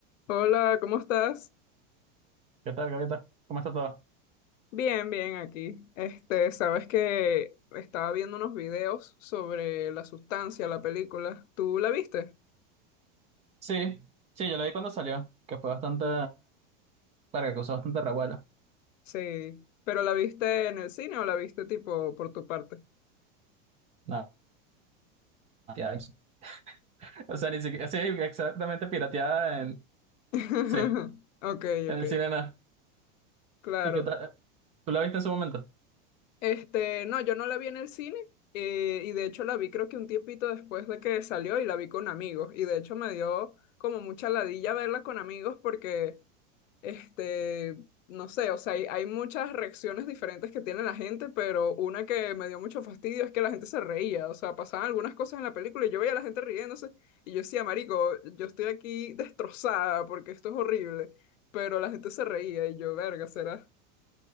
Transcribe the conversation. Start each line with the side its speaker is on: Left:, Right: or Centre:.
Left: Hola, ¿cómo estás?
Right: ¿Qué tal, Gaviota? ¿Cómo está todo?
Left: Bien, bien aquí. Este, sabes que estaba viendo unos videos sobre la sustancia, la película. ¿Tú la viste?
Right: Sí, sí, yo la vi cuando salió, que fue bastante, para que causó bastante revuelo.
Left: Sí. ¿Pero la viste en el cine o la viste tipo por tu parte?
Right: Nada, pirateada. <laughs> O sea, ni siquiera, sí, exactamente pirateada en,
Left: <laughs>
Right: sí,
Left: Ok,
Right: en
Left: ok,
Right: el cine nada.
Left: claro.
Right: ¿Y qué tal? ¿Tú la viste en su momento?
Left: Este, no, yo no la vi en el cine eh, y de hecho la vi creo que un tiempito después de que salió y la vi con amigos y de hecho me dio como mucha ladilla verla con amigos porque Este, no sé, o sea, hay, hay muchas reacciones diferentes que tiene la gente, pero una que me dio mucho fastidio es que la gente se reía, o sea, pasaban algunas cosas en la película y yo veía a la gente riéndose y yo decía, marico, yo estoy aquí destrozada porque esto es horrible, pero la gente se reía y yo, verga, será.